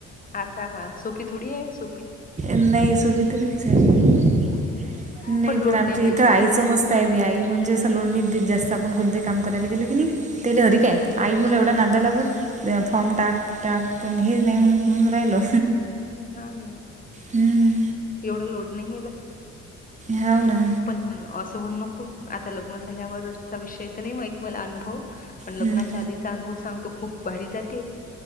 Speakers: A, on the left; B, on the right.
A: आता हा सोफी थोडी आहे सो..
B: नाही सुविधा नाहीच आय....
A: ते.
B: नाही
A: लोड
B: पण आमच्या
A: पाहिजे
B: इथं आईच
A: एवढं
B: मस्त आहे बी आई म्हणजे... लोणी जास्त आपण कोणते काम करायला गेल कणी ते लहरिक आय आई मुला एवढा... त्यालावत फॉर्म टाक टाक पण हे नाही म्हणत म्हणून राहिलो....
A: हा ना
B: हम्म,
A: एवढा लोड नाही आहे बरं...
B: हाव ना....
A: पण असं म्हणू नको आता लग्न झाल्यावरचा विषय तर नाही माहित मला अनुभव पण लग्नाच्या
B: हम्म,
A: आधीचा अनुभव सांगतो खूप भारी जाते.